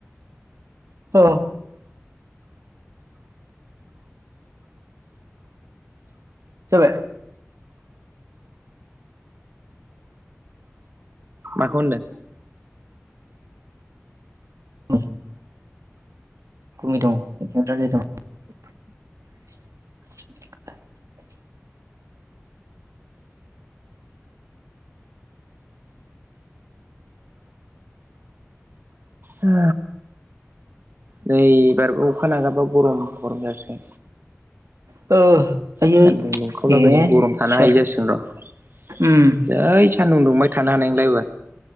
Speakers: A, on the right (about 85°); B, on the right (about 45°).
A: अ जाबाय
B: माखौ होनदों
A: ओम गुमि दं राय दं <unintelligible>
B: ए नै बारबो अखा नागारबा गरम गरम जासै
A: ओ आयै
B: सान्दुं दुंखावलाबाय
A: ए
B: गरम थानो
A: सोर
B: हायै जासिगोन र'
A: उम
B: जै सान्दुं दुंबाय थानो हानाय नंला एबार